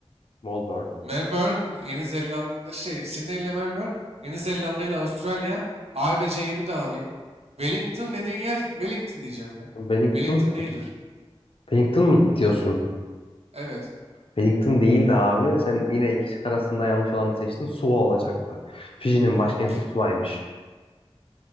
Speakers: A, on the left; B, on the right.
A: Melbourne.
B: Melbourne, Yeni Zelanda, şey Sydney ile Melbourne, Yeni Zelanda ile Avustralya. A ve C'yi bir daha alayım. Wellington dediğin yer Wellington diyeceğim ya.
A: Wellington,
B: Wellington
A: Su.
B: değildir.
A: Wellington mı diyorsun?
B: Evet.
A: Wellington değildi abi. Sen yine iki şık arasında yanlış olanı seçtin. Suva olacaktı. Fiji'nin
B: Tamamdır.
A: başkenti Suva'ymış.